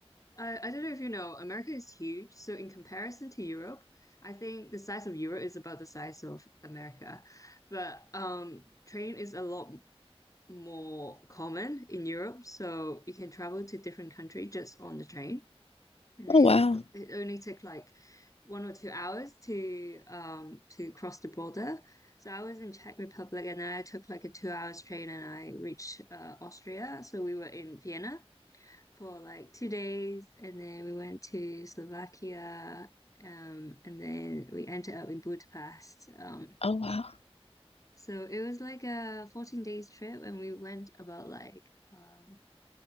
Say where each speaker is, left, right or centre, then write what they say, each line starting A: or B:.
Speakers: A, on the left (about 30°); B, on the left (about 70°).
A: I I don't know if you know. America is huge, so in comparison to Europe, I think the size of Europe is about the size of America, but um, train is a lot more common in Europe, so you can travel to different countries just on the train. and
B: Oh
A: it
B: wow.
A: is it only took like one or two hours to um to cross the border. So I was in Czech Republic and then I took like a two hours train and I reached uh, Austria. So we were in Vienna for like two days and then we went to Slovakia um and then we ended up in Budapest. Um
B: Oh wow.
A: so it was like a 14 days trip and we went about like um